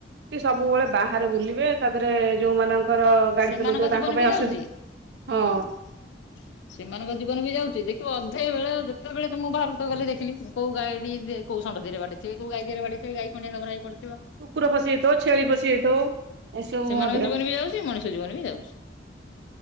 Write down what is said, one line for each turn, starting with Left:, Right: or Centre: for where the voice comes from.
Right: ସବୁବେଳେ ବାହାରେ ବୁଲିବେ ତାଧିରେ ଯୋଉମାନଙ୍କ ଙ୍କର ଗାଡି
Left: ସେମାନଙ୍କ
Right: ଚଲାଉଥିବେ
Left: ଜୀବନ
Right: ତାଙ୍କ ପାଇଁ
Left: ବି ଯାଉଛି
Right: ଅସୁବିଧା।
Left: ହୁଁ।
Right: ହଁ।
Left: ସେମାନଙ୍କ ଜୀବନ ବି ଯାଉଚି ଦେଖିବୁ ଅଧେ ବେଳେ ଯେତେବେଳେ ତ ମୁଁ ବାହାରୁ ତ ଗଲି ଦେଖିଲି କୋଉ ଗାଡି ଦେ କୋଉ ଷଣ୍ଢ ଦିହରେ ବାଡେଇଥିବେ କୋଉ ଗାଈ ଦିହରେ ବାଡେଇଥିବେ ଗାଈ ଖଣ୍ଡିଆ ଖାବରା ହେଇ ପଡିିଥିବ।
Right: କୁକୁର ପଶି ଯାଇଥିବ ଛେଳି ପଶି ଯାଇଥିବ। ଏସବୁ
Left: ସେମାନଙ୍କ
Right: ମଧ୍ୟ
Left: ଜୀବନ ବି ଯାଉଚି ମଣିଷ ଜୀବନ ବି ଯାଉଛି।